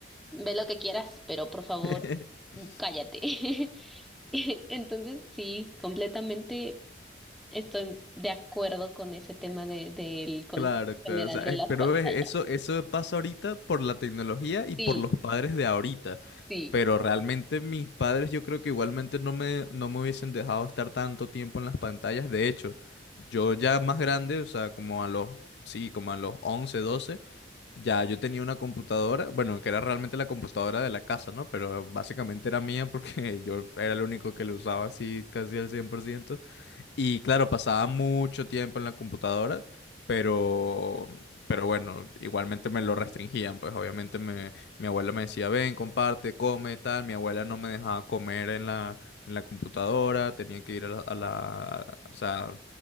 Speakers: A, in the centre; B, on the left (about 60°).
A: ve lo que quieras, pero por favor,
B: <laughs>
A: cállate. <laughs> Entonces, sí, completamente estoy de acuerdo con ese tema de, del concepto
B: Claro, claro,
A: general
B: o sea,
A: de
B: eh,
A: las
B: pero
A: pantallas.
B: es- eso, eso pasa ahorita por la tecnología y por
A: Sí,
B: los padres de ahorita.
A: sí.
B: Pero realmente mis padres yo creo que igualmente no me, no me hubiesen dejado estar tanto tiempo en las pantallas. De hecho, yo ya más grande, o sea, como a los, sí, como a los 11, 12, ya yo tenía una computadora, bueno, que era realmente la computadora de la casa, ¿no? Pero básicamente era mía porque <laughs> yo era el único que lo usaba así casi al 100%. Y claro, pasaba mucho tiempo en la computadora, pero, pero bueno, igualmente me lo restringían, pues obviamente me, mi abuela me decía, ven, comparte, come, tal, mi abuela no me dejaba comer en la, en la computadora, tenía que ir a la, a la- o sea,